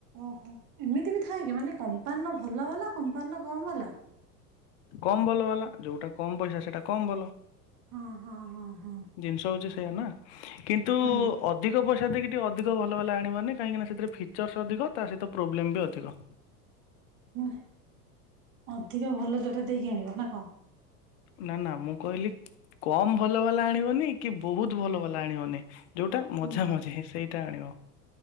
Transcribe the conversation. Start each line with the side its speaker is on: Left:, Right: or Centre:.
Right: ଓହୋ ଏମିତି ବି ଥାଏ କି ମାନେ କମ୍ପାନୀର ଭଲ ବାଲା କମ୍ପାନୀର କମ୍ ବାଲା।
Left: କମ୍ ଭଲ ବାଲା ଯୋଉଟା କମ୍ ପଇସା ସେଟା କମ୍ ଭଲ।
Right: ହଁ ହଁ ହଁ ହଁ
Left: ଜିନିଷ ହଉଛି ସେଇୟା ନା କିନ୍ତୁ
Right: ହୁଁ।
Left: ଅଧିକ ପଇସା ଦେଇକି ଟିକେ ଅଧିକ ଭଲ ଵାଲା ଆଣିବ ମାନେ କାହିଁକିନା ଫିଚର୍ସ ଅଧିକ ତା ସହିତ ପ୍ରୋବ୍ଲେମ ଅଧିକ।
Right: ନା ଅଧିକ ଭଲ ଜୋରେ ଦେଇକି କିଣିବ ନା କଣ?
Left: ନା ନା ମୁଁ କହିଲି କମ୍ ଭଲ ବାଲା ଆଣିବନି କି ବହୁତ ଭଲ ବାଲା ଆଣିବନି। ଯୋଉଟା ମଝା
Right: ହୁଁ
Left: ମଝି ସେଇଟା ଆଣିବ।